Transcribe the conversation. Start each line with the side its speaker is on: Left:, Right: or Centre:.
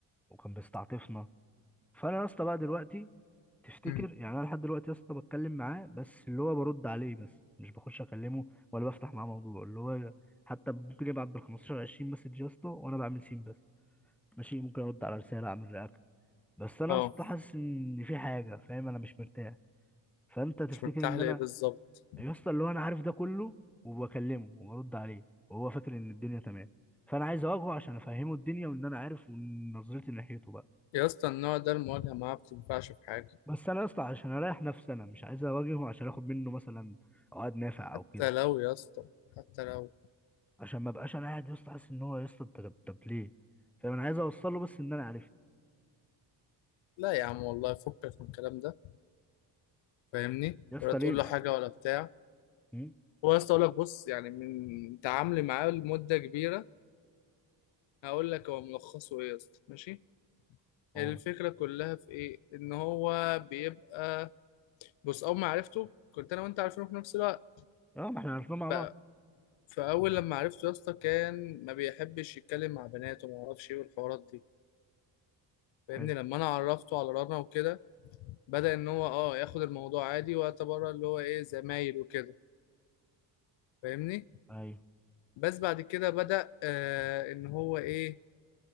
Centre: وكان بيستعطفنا فانا يا اسطى بقى دلوقتي تفتكر
Left: امم
Centre: يعني انا لحد دلوقتي يا اسطى بتكلم معاه بس اللي هو برد عليه بس مش بخش اكلمه ولا بفتح معاه موضوع اللي هو حتى ممكن يبعت بال 15 20 مسج يا اسطى وانا بعمل سين بس ماشي ممكن ارد على رساله اعمل رياكت بس انا
Left: اه
Centre: اصلا حاسس ان في حاجه فاهم انا مش مرتاح فانت تفتكر
Left: مش مرتاح
Centre: ان
Left: ليه
Centre: انا
Left: بالظبط
Centre: يا اسطى اللي هو انا عارف ده كله وبكلمه وبرد عليه وهو فاكر ان الدنيا تمام فانا عايز اواجهه عشان افهمه الدنيا وان انا عارف ونظرتي ناحيته بقى
Left: يا اسطى النوع ده المواجهة معاه بتنفعش في حاجة
Centre: بس انا اصلا عشان اريح نفسي انا مش عايز اواجهه عشان اخد منه مثلا عقد نافع
Left: حتى
Centre: او كده
Left: لو يا اسطى حتى لو
Centre: عشان ما ابقاش انا قاعد يا اسطى حاسس ان هو يا اسطى انت طب طب ليه فاهم انا عايز اوصل له بس ان انا عارف
Left: لا يا عم والله فكك من الكلام ده فاهمني
Centre: يا اسطى
Left: ولا تقول
Centre: ليه ما-
Left: له حاجة ولا بتاع
Centre: هم؟
Left: هو يا اسطى اقول لك بص يعني من تعاملي معاه لمدة كبيرة هقول لك هو ملخصه ايه يا اسطى ماشي
Centre: اه
Left: الفكرة كلها في ايه ان هو بيبقى بص اول ما عرفته كنت انا وانت عارفينه في نفس الوقت
Centre: اه ما احنا عارفين مع
Left: ف...
Centre: بعض
Left: فاول لما عرفته يا اسطى كان ما بيحبش يتكلم مع بنات وما اعرفش ايه والحوارات دي
Centre: حلو
Left: فاهمني لما انا عرفته على رنا وكده بدأ ان هو اه ياخد الموضوع عادي واعتبرها اللي هو ايه زمايل وكده فاهمني
Centre: ايوه
Left: بس بعد كده بدأ آه ان هو ايه